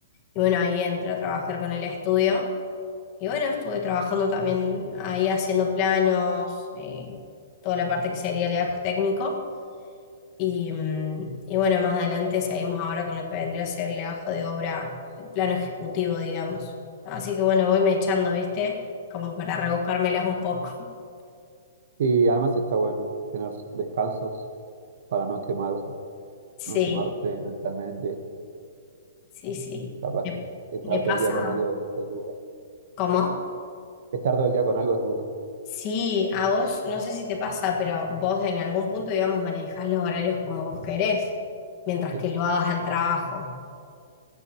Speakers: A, on the left; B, on the right.
A: y bueno, ahí entré a trabajar con el estudio Y bueno, estuve trabajando también ahí haciendo planos, eh, toda la parte que sería el legajo técnico. Y, mm, y bueno, más adelante seguimos ahora con lo que vendría a ser el legajo de obra, el plano ejecutivo, digamos. Así que bueno, voy me echando, ¿viste? Como para rebuscármelas un poco. <laughs>
B: Y además está bueno tener descansos para no quemar,
A: Sí,
B: no quemarte mentalmente,
A: sí, sí.
B: capaz
A: Me
B: que estar
A: me pasa.
B: todo el día con algo es, es duro.
A: ¿Cómo?
B: Estar todo el día con algo es duro,
A: Sí, a vos, no sé si te pasa, pero vos en algún punto, digamos, manejás los horarios como vos querés, mientras
B: sí,
A: que lo hagas al trabajo.